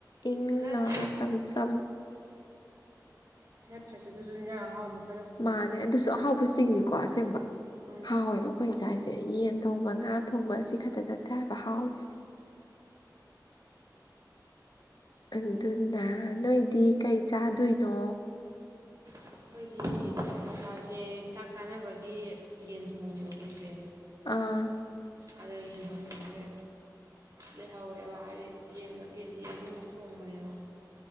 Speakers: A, on the left; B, on the right.
A: ꯏꯪ
B: ꯅꯠꯇ꯭ꯔꯁꯨ
A: ꯂꯥꯎꯔꯒ ꯆꯝ-ꯆꯝ
B: ꯅꯠꯇ꯭ꯔꯖꯨ ꯑꯗꯨꯖꯨ ꯑꯦꯟꯖꯥꯡ ꯑꯍꯥꯎ ꯑꯃ
A: ꯃꯥꯅꯦ ꯑꯗꯨꯁꯨ ꯑꯍꯥꯎꯕ ꯆꯤꯡꯉꯤꯀꯣ ꯑꯁꯦꯡꯕ
B: ꯎꯝ
A: ꯍꯥꯎꯋꯦꯕ ꯑꯩꯈꯣꯏꯅ ꯆꯥꯏꯖꯦ ꯌꯦꯟ ꯊꯣꯡꯕ ꯉꯥ ꯊꯣꯡꯕ ꯁꯤ ꯈꯛꯇ ꯅꯠꯇꯦ ꯍꯏꯕ ꯍꯥꯎꯔꯤꯖꯤ ꯑꯗꯨꯅ ꯅꯣꯏꯗꯤ ꯀꯩ ꯆꯥꯗꯣꯏꯅꯣ
B: ꯑꯩꯈꯣꯏꯗꯤ ꯅꯤꯡꯃꯐꯏꯖꯦ ꯆꯥꯛ ꯆꯥꯅꯕꯒꯤ ꯌꯦꯟ ꯊꯣꯡꯉꯦꯕ ꯑꯩꯈꯣꯏꯁꯦ
A: ꯑꯥ
B: ꯑꯗꯣ ꯌꯦꯟ ꯊꯣꯡꯕꯖꯤ ꯂꯩꯍꯧꯋꯦꯕ ꯍꯥꯏꯗꯤ ꯌꯦꯟꯗꯣ ꯀꯦꯖꯤ ꯑꯅꯤꯃꯨꯛ ꯊꯣꯡꯕꯅꯦꯕ